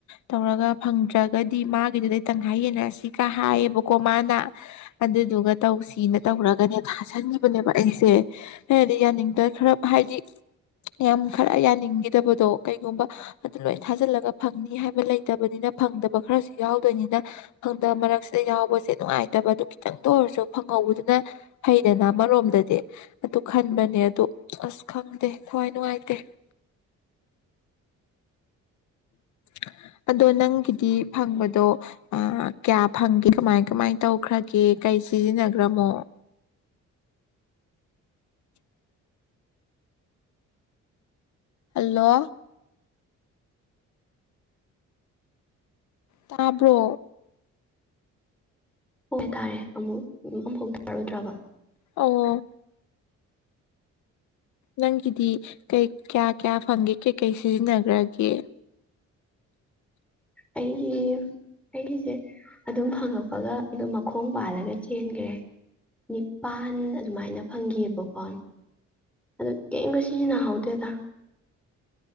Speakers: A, on the left; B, in the centre.
A: ꯇꯧꯔꯒ ꯐꯪꯗ꯭ꯔꯒꯗꯤ ꯃꯥꯒꯤꯗꯨꯗꯩ ꯇꯪꯈꯥꯏ ꯌꯦꯟꯅꯔꯁꯤ ꯀ ꯍꯥꯏꯌꯦꯕꯀ ꯀꯣꯃꯅ ꯑꯗꯨꯗꯨꯒ ꯇꯧꯁꯤꯅ ꯇꯧꯔꯒꯅꯦ ꯊꯥꯖꯟꯈꯤꯕꯅꯦꯕ ꯑꯩꯁꯦ ꯍꯥꯏꯗꯤ ꯌꯥꯅꯤꯡꯗ ꯈꯔ ꯍꯥꯏꯗꯤ ꯌꯥꯝ ꯈꯔ ꯌꯥꯅꯤꯡꯈꯤꯗꯕꯗꯣ ꯀꯩꯒꯨꯝꯕ ꯑꯗꯨ ꯂꯣꯏ ꯊꯥꯖꯜꯂꯒ ꯐꯪꯅꯤ ꯍꯥꯏꯕ ꯂꯩꯇꯕꯅꯤꯅ ꯐꯪꯗꯕ ꯈꯔꯁꯨ ꯌꯥꯎꯗꯣꯏꯅꯤꯅ ꯐꯪꯗꯕ ꯃꯔꯛꯁꯤꯗ ꯌꯥꯎꯕ ꯁꯦ ꯅꯨꯡꯉꯥꯏꯇꯕ ꯑꯗꯨ ꯈꯤꯇꯪꯗ ꯑꯣꯏꯔꯁꯨ ꯐꯪꯍꯧꯕꯗꯨꯅ ꯐꯩꯗꯅ ꯑꯃꯔꯣꯝꯗꯗꯤ ꯑꯗꯨ ꯈꯟꯕꯅꯦ ꯑꯗꯨ ꯑꯁ ꯈꯪꯗꯦ ꯈ꯭ꯋꯥꯏ ꯅꯨꯡꯉꯥꯏꯇꯦ <inaudible> ꯍꯜꯂꯣ ꯇꯥꯕ꯭ꯔꯣ
B: ꯍꯣꯏ ꯇꯔꯦ ꯑꯃꯨꯛ ꯑꯃꯨꯐꯥꯎ ꯇꯥꯔꯨꯗ꯭ꯔꯕ
A: ꯑꯣ ꯅꯪꯒꯤꯗꯤ ꯀꯩ ꯀꯌꯥ ꯀꯌꯥ ꯐꯪꯒꯦ ꯀꯩꯀꯩ ꯁꯤꯖꯤꯟꯅꯈ꯭ꯔꯒꯦ
B: ꯑꯩꯒꯤ ꯑꯩꯒꯤꯁꯦ ꯑꯗꯨꯝ ꯐꯪꯉꯛꯄ ꯍꯥꯄꯒ ꯑꯗꯨꯝ ꯃꯈꯣꯡ ꯄꯥꯜꯂꯒ ꯆꯦꯟꯈ꯭ꯔꯦ ꯅꯤꯄꯥꯟ ꯑꯗꯨꯃꯥꯏꯅ ꯐꯪꯈꯤꯑꯕꯀꯣ ꯑꯗꯨ ꯀꯔꯤꯝꯕ ꯁꯤꯖꯤꯟꯅꯍꯧꯗꯦꯗ